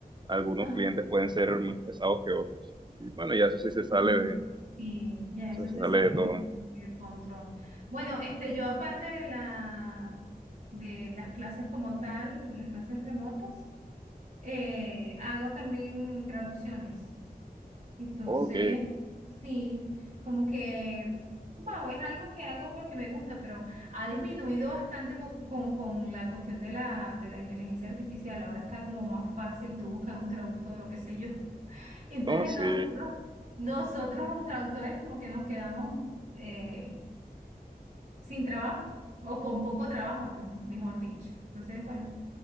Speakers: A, on the right; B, on the right.
A: algunos
B: ajá.
A: clientes pueden ser más pesados que otros. Y bueno, ya eso sí se sale
B: Sí,
A: de,
B: sí, ya
A: eso
B: eso
A: se
B: se
A: sale
B: sale
A: de todo.
B: del, del control. Bueno, este, yo aparte de la, de las clases como tal, las clases remotas, eh, hago también traducciones. Entonces,
A: Ok,
B: sí, como que, wow, es algo que hago porque me gusta, pero ha disminuido bastante po- con, con la cuestión de la, de la inteligencia artificial. Ahora está como más fácil, tú buscas un traductor o qué sé yo. <laughs> Entonces
A: no, sí.
B: nosotros, nosotros los traductores como que nos quedamos eh, sin trabajo o con poco trabajo, me- mejor dicho. Entonces, bueno,